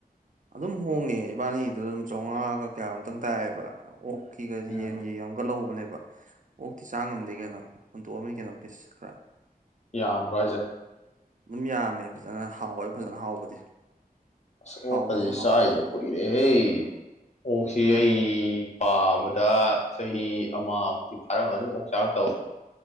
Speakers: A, on the right; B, on the left.
A: ꯑꯗꯨꯝ ꯍꯣꯡꯉꯦ ꯏꯕꯥꯅꯤꯒꯤꯗꯣ ꯑꯗꯨꯝ ꯆꯧꯉꯥꯒ ꯀꯌꯥ ꯅꯣꯝꯇꯪ ꯇꯥꯏꯌꯦꯕ ꯑꯣꯛꯀꯤꯒꯗꯤ
B: ꯎꯝ
A: ꯌꯦꯟꯒꯤ ꯑꯝꯒ ꯂꯧꯕꯅꯦꯕ ꯑꯣꯛꯇꯤ ꯆꯥ ꯉꯝꯗꯦ ꯀꯩꯅꯣ ꯍꯨꯟꯇꯣꯛꯑꯝꯅꯤ ꯀꯩꯅꯣ ꯄꯤꯁ ꯈꯔ
B: ꯌꯥꯝꯕ꯭ꯔꯥ ꯍꯥꯏꯖꯦ
A: ꯑꯗꯨꯝ ꯌꯥꯝꯃꯦ ꯐꯖꯅ ꯍꯥꯎꯋꯦ ꯐꯖꯅ ꯍꯥꯎꯕꯗꯤ꯫
B: ꯑꯁ ꯑꯣꯛ
A: ꯍꯥꯎꯕꯁꯨ
B: ꯀꯁꯤ
A: ꯍꯥꯎꯋꯦ
B: ꯆꯥꯈꯤꯗꯕ
A: ꯐꯖꯅ
B: ꯀꯨꯏꯔꯦꯍꯦ ꯑꯣꯛꯁꯤ
A: ꯑꯗꯨꯅꯦ
B: ꯑꯩ ꯄꯥꯕꯗ ꯆꯍꯤ ꯑꯃꯃꯨꯛꯇꯤ ꯐꯥꯔꯝꯃꯅꯤ ꯑꯣꯛ ꯆꯥꯔꯛꯇꯕ꯫